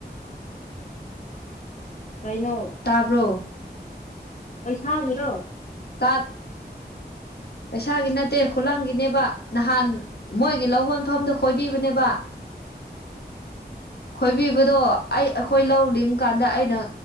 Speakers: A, on the left; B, on the left.
A: ꯀꯩꯅꯣ
B: ꯇꯥꯕ꯭ꯔꯣ
A: ꯑꯩ ꯁꯥꯕꯤꯔꯣ
B: ꯇꯥꯛ ꯄꯩꯁꯥꯒꯤ ꯅꯠꯇꯦ ꯈꯨꯂꯪꯒꯤꯅꯦꯕ ꯅꯍꯥꯟ ꯃꯣꯏꯒꯤ ꯂꯧ ꯍꯣꯟꯐꯝꯗꯣ ꯈꯣꯏꯕꯤꯕꯅꯦꯕ
A: <inaudible>
B: ꯈꯣꯏꯕꯤꯕꯗꯣ ꯑꯩ ꯑꯩꯈꯣꯏ ꯂꯧ ꯂꯤꯡ ꯀꯥꯟꯗ ꯑꯩꯅ